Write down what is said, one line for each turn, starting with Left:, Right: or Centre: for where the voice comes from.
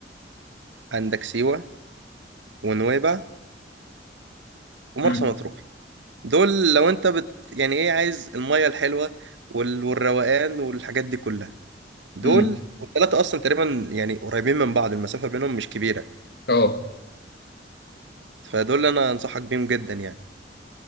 Right: عندك سيوة ونويبع ومرسى
Left: امم
Right: مطروح دول لو أنت بت يعني إيه عايز المية الحلوة وال... والروقان والحاجات دي كلها دول
Left: امم
Right: والتلاتة أصلا تقريبا يعني قريبين من بعض المسافة بينهم مش كبيرة
Left: اه
Right: فدول أنا أنصحك بيهم جدا يعني